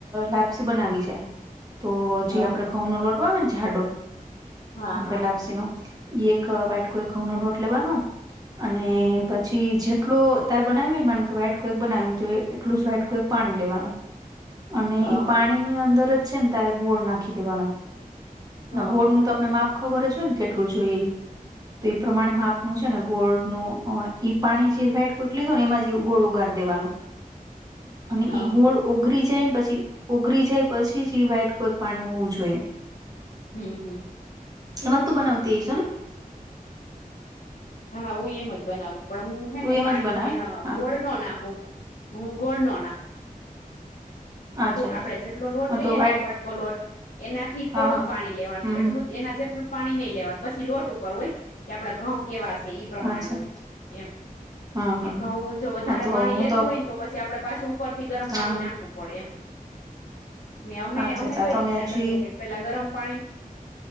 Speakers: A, on the right (about 25°); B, on the left (about 75°).
A: લાપસી બનાવી છે તો
B: હા
A: જે આપડે
B: હા
A: ઘઉંનો લોટ આવેને જાડો
B: હા
A: આપડે
B: હા
A: લાપસીનો ઈ એક વાઈટકો ઈ ઘઉંનો લોટ લેવાનો અને
B: હમ હમ
A: પછી જેટલુ તારે બનાવી હોયને માનું કે વાઈટકો એક બનાવી હોય તો એટલું જ વ્હાટકો એક પાણી લેવાનું અને
B: હા
A: ઈ
B: હા
A: પાણીની અંદર જ છેને તારે ગોળ નાખી દેવાનો
B: હા
A: ગોળનું
B: હા
A: તો આપને માપ ખબર જ હોયને કેટલું જોઈ ઈ. તો એ પ્રમાણે માપનું છેને ગોળનું અ ઈ પાણી જે વાઈટકો એક લીધુંને એમાં જે ગોળ ઓગાર દેવાનો
B: હા
A: અને ઈ ગોળ
B: હા
A: ઓગરી જાયને પછી ઓગરી જાય પછી જ વ્હાઈટકો એક પાણી હોવું જોઈએ.
B: હમ હમ
A: એમાં તું બનાવ તે સને
B: હા હું એમજ બનાવું પણ હું હે
A: તું
B: ને
A: એમ
B: પાણીમ
A: જ બનાવે
B: એહ
A: ને હા
B: ગોળ નો નાખું. હુ ગોળ નો નાખું
A: અચ્છા અચ્છા
B: આપડે જેટલો લોટ
A: હા
B: લઈએ
A: તો વ્હાઈટ
B: ને એક વાટકો લોટ એનાથી થોડુંક
A: હા હા
B: પાણી લેવાનું
A: હમ
B: એટલું
A: હમ
B: જ એના જેટલું પાણી નહી લેવાનું પસી લોટ ઉપર હોય કે આપડા ઘઉં કેવા સે ઈ પ્રમાણે
A: અચ્છા
B: હોય એમ
A: હા
B: કે
A: હા હા
B: ઘઉં જો વધારે
A: હા તો
B: પાણી
A: હું
B: લેતું હોયને તો પછી આપડે પાછું ઉપરથી ગરમ
A: હા
B: પાણી
A: હા.
B: નાખવું પડે એમ ને અમે
A: અચ્છા
B: અમે
A: અચ્છા
B: કઈ
A: તો
B: રીતના
A: મેં જી
B: કરીએ કે પેલા ગરમ પાણી